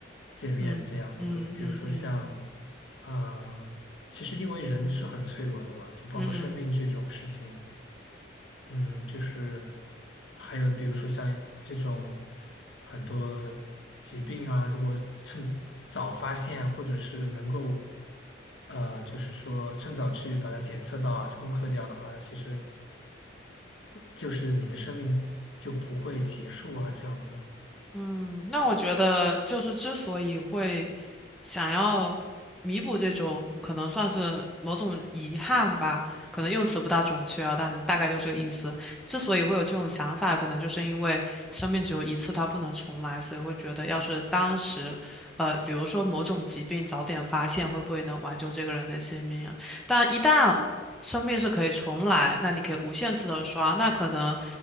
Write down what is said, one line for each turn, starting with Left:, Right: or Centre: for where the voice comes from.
Left: 见面这样子，
Centre: 嗯嗯嗯嗯嗯
Left: 比如说像，啊、其实因为人是很脆弱的嘛，就包括生命这种事情。
Centre: 嗯嗯。
Left: 嗯，就是还有比如说像这种很多疾病啊，如果趁早发现，或者是能够呃，就是说趁早去把它检测到啊，攻克掉的话，其实就是你的生命就不会结束啊，这样子
Centre: 嗯，那我觉得就是之所以会
Left: 就
Centre: 想要弥补这种可能算是某种遗憾吧，可能用词不大准确啊，但大概就这个意思。之所以会有这种想法，可能就是因为生命只有一次，它不能重来，所以会觉得要是当时，呃，比如说某种疾病早点发现，会不会能挽救这个人的性命啊？但一旦生命是可以重来，那你可以无限次的刷，那可能